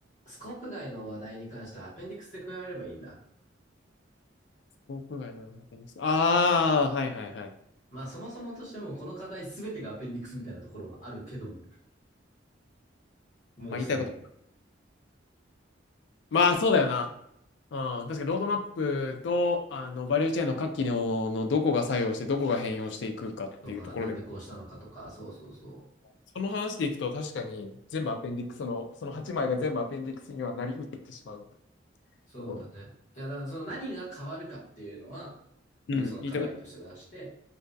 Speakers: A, on the left; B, on the left.
A: スコープ外の話題に関してはアペンディクスで加えればいいんだ。
B: スコープ外の確認ああ、はいはいはい。
A: まあ、そもそもとしても、この課題すべてがアペンディクスみたいなところはあるけども、もうすでに。
B: まあ言いたいこと。まあそうだよな。うん、確かにロードマップとあのバリューチェーンの各機能のどこが作用してどこが変容していくかっていうところで、
A: とか、なんでこうしたのかとか、そうそうそう。
B: その話でいくと確かに全部アペンディックスの、その8枚が全部アペンディックスにはなりうってしまう
A: そうだね。
B: ところ。
A: いや、だからその何が変わるかっていうのは、
B: うん、
A: うん、その課題として出して、
B: 言いたいこ